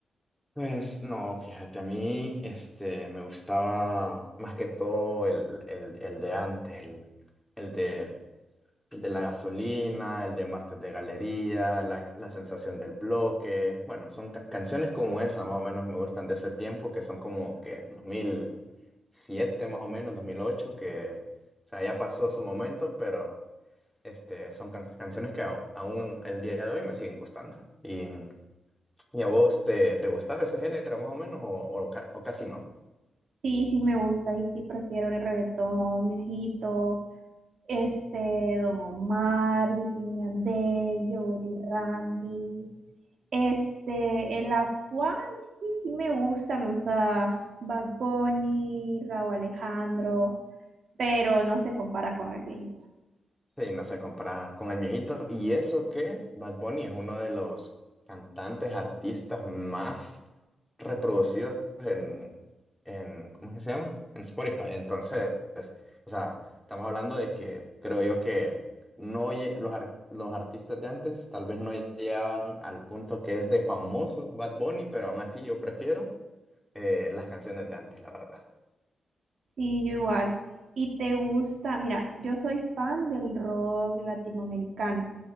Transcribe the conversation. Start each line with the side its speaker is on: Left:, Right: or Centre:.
Centre: Pues no, fíjate, a mí este, me gustaba más que todo el, el, el de antes, el, el de El de la gasolina, el de Martes de Galería, la, ex- la sensación del bloque. Bueno, son ca- canciones como esa, más o menos me gustan de ese tiempo, que son como que dos mil siete más o menos, dos mil ocho que, o sea, ya pasó su momento, pero este, son can- canciones que au- aún el día de hoy me siguen gustando. ¿Y, y a vos te, te gustaba ese género, más o menos, o, o ca- o casi no?
Right: Sí, sí me gusta y sí prefiero el reggaetón viejito, este, Don Omar, Wisin y Yandel, Joel y Randy. Este, el actual sí, sí me gusta, me gusta Bad Bunny, Rauw Alejandro, pero no se compara con el viejito.
Centre: Sí, no se compara con el viejito. Y eso que Bad Bunny es uno de los cantantes, artistas más reproducidos en, en, ¿cómo es que se llama? En Spotify. Entonces, o sea, estamos hablando de que creo yo que no lle- los, ar- los artistas de antes tal vez no llegaban al punto que es de famoso Bad Bunny, pero aún así yo prefiero eh, las canciones de antes, la verdad.
Right: Sí, yo igual. ¿Y te gusta? Mira, yo soy fan del rock latinoamericano.